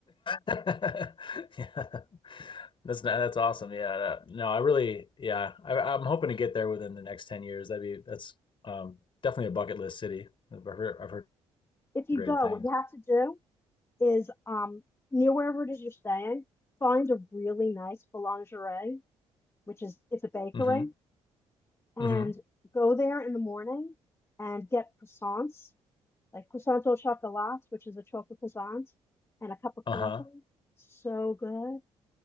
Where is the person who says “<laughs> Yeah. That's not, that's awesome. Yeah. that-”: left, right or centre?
Left